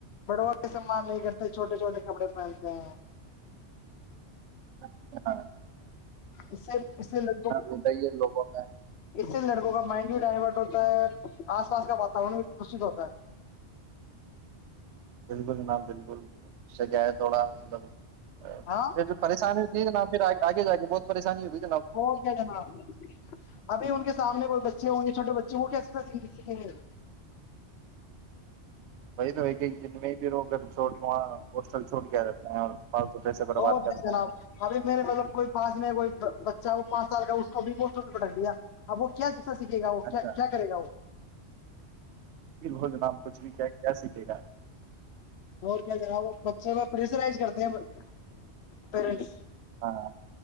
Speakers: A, on the left; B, on the right.
A: و کے سامان نہیں کرتے چھوٹے چھوٹے کپڑے پہنتے ہیں <unintelligible>
B: اچھا <unintelligible>
A: اس سے اس سے لڑکوں کا
B: رہتا ہی ہے لوگوں میں
A: اس سے لڑکوں کا مائنڈ ہی ڈائورٹ <unintelligible> ہوتا ہے آس پاس کا واتورن بھی دشت ہوتا ہے <unintelligible>
B: بالکل جناب بالکل ش کیا ہے تھوڑا <unintelligible>
A: ہاں
B: پھر پریشانی ہوتی ہے نہ پھر آگے <unintelligible> آگے جاے بہت پریشانی ہوگی
A: اور کیا جناب ابھی ان کے سامنے کوئی بچے ہوں گے چھوٹے بچے جو کہسے تو گ
B: وہی تو ایک ایک دن میں ہی پو گھر چھوڑ کے وہاں ہوسٹل چھوڑ کے رہتے ہیں اور فالتو پیسے برباد
A: وہ
B: کرتے
A: جناب
B: ہیں
A: ابھی میرے مطلب کوئی پاس نہیں کوئی بچہ وہ پانچ سال کا اس کو بھی گوٹ پٹک دیا ا وہ کیا سیکھے گا وہ کیا
B: اچھا
A: کرے گا وہ
B: پ ہو جناب کچھ بھی کیا سیکھے گا؟
A: اور کیا کہ رہا وہ بچے کا پریشرائز کرتے ہیں پیرنٹس
B: ہاں